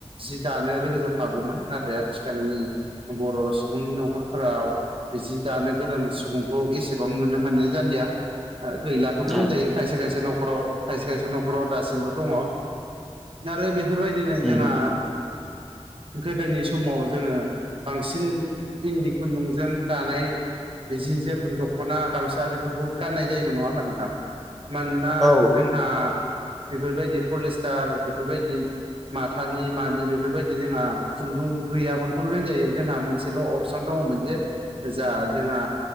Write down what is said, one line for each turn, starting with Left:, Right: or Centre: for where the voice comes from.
Right: जि दानो रोंजोबखागौमोन नाथाय आथिखालनि बर' हि सुबुंनि न'खरफोराव बिदि दानो गरों सुबुंखौ एसेबां नुनो मोननाय जालिआ ओ गैलाखौनो
Centre: उम
Right: होनजायो खायसे खायसे न'खराव खायसे खायसे न'खराव दासिमबो दङ आरो बेफोरबादिनो
Centre: उम
Right: जोंहा गोदोनि समाव जोङो बांसिन इन्दि खुन्दुंजों दानाय जि जोम दख'ना गामसा बेफोरखौ गाननाय जायोमोन नङा होमा नोंथां मानोना
Centre: औ
Right: जोंहा बेफोरबायदि पलिस्टार बेफोरबायदि माथानि मानि बेफोरबायदि जोंहा खुन्दुं गैयामोनखौनो होनजायो जोंहा मोनसे ल' अपसन दङमोन जे जा जोंहा